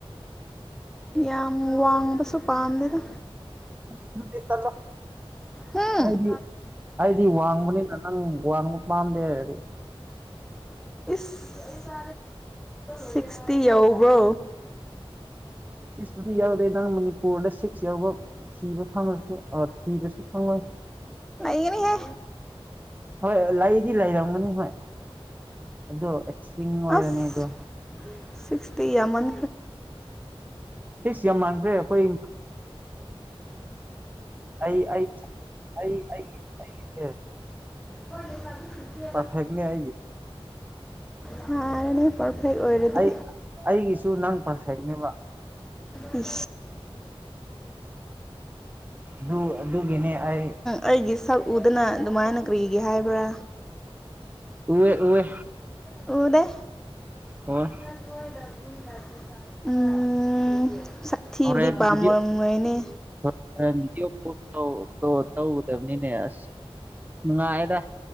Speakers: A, in the centre; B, on the right.
A: ꯌꯥ ꯋꯥꯥꯡꯉꯕ ꯁ ꯄꯥꯟꯗꯗ
B: ꯑꯗꯨꯗꯤ ꯆꯠꯂꯣ
A: ꯍꯝ
B: ꯑꯩꯗꯤ ꯑꯩꯗꯤ ꯋꯥꯡꯕꯅꯤꯅ ꯅꯪ ꯋꯥꯡꯕ ꯄꯥꯝꯗꯦ ꯍꯥꯏꯔꯗꯤ
A: ꯏꯁ ꯁꯤꯛꯁꯇꯤ ꯌꯕ꯭ꯔꯣ
B: ꯁꯤꯛꯁꯇꯨꯗꯤ ꯌꯥꯎꯗꯦ ꯏ ꯅꯪ ꯃꯅꯤꯄꯨꯔꯗ ꯁꯤꯛꯁ ꯌꯥꯎꯕ ꯊꯤꯕ ꯐꯪꯂꯉꯁꯨ ꯑ ꯊꯤꯕꯁꯨ ꯐꯪꯂꯉꯣꯏ
A: ꯑꯅꯤ ꯍꯥꯏꯦ
B: ꯍꯣꯏ ꯂꯗꯤ ꯂꯩꯔꯝꯒꯅꯤ ꯍꯣꯏ ꯑꯗꯣ ꯑꯦꯛꯁꯇ꯭ꯔꯤꯡ ꯑꯣꯏꯔꯅꯤ
A: ꯑꯁ
B: ꯑꯗꯣ
A: ꯁꯤꯛꯁꯇꯤ ꯌꯥ ꯃꯟ
B: ꯁꯤꯁ ꯌꯥꯝ ꯃꯥꯟꯈ꯭ꯔꯦ ꯑꯩꯈꯣꯏ ꯑꯩ ꯑꯩ ꯑꯩ ꯑꯩꯒꯤꯁꯦ
A: ꯍ ꯆꯕꯤ
B: ꯄꯔꯐꯦꯛꯅꯦ ꯍꯥꯏꯑꯒ
A: ꯐꯔꯅꯦ ꯄꯔꯐꯦꯛ ꯑꯣꯏꯔꯗꯤ
B: ꯑꯩ ꯑꯩꯒꯤꯁꯨ ꯅꯪ ꯄꯔꯁꯅꯦꯕ
A: ꯎꯝ
B: ꯑꯗꯨ ꯑꯗꯨꯒꯤꯅꯦ ꯑꯩ
A: ꯑꯩꯒꯤ ꯁꯛ ꯎꯗꯅ ꯑꯗꯨꯃꯥꯏꯅ ꯀꯔꯤꯒꯤ ꯍꯥꯏꯕ꯭ꯔꯥ
B: ꯎꯋ ꯎꯋ
A: ꯎꯅꯦ
B: ꯍꯣꯏ
A: ꯎꯝ ꯁꯛꯊꯤꯕꯗꯤ
B: ꯍꯣꯔꯦꯟꯕꯤꯗꯤꯑꯣ
A: ꯄꯥꯝꯃꯝꯔꯣꯏꯅꯦ
B: ꯍꯣꯔꯗꯤꯑꯣꯣ ꯇꯧꯒꯗꯕꯅꯤꯅꯦ ꯑꯁ ꯅꯨꯡꯉꯥꯏꯗ